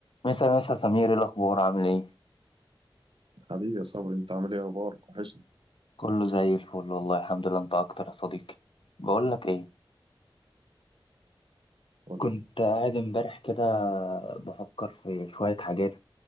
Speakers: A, on the left; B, on the right.
A: مسا مسا سمير ايه الاخبار عامل ايه
B: حبيبي يا صبري انت عامل ايه اخبارك وحشني
A: كله زي الفل والله الحمد لله انت اكتر يا صديقي بقول لك ايه
B: قول
A: كنت
B: لي
A: قاعد امبارح كده بفكر في شوية حاجات